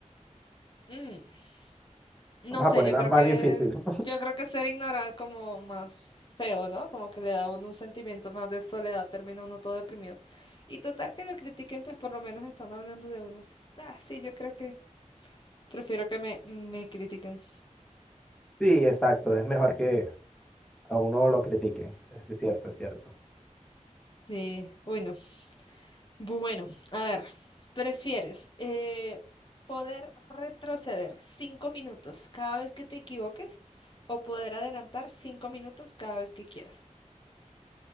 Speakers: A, on the left; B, in the centre.
A: Mm, no
B: Vamos
A: sé,
B: a ponerla
A: yo creo
B: más
A: que,
B: difícil. <laughs>
A: yo creo que ser ignorado es como más feo, ¿no? Como que le da a uno un sentimiento más de soledad, termina uno todo deprimido. Y total que lo critiquen, pues por lo menos están hablando de uno. Ah, sí, yo creo que prefiero que me, me critiquen.
B: Sí, exacto, es mejor que a uno lo critiquen, es cierto, es cierto.
A: Sí, uy, no. Bueno, a ver, ¿prefieres eh, poder retroceder cinco minutos cada vez que te equivoques o poder adelantar cinco minutos cada vez que quieras?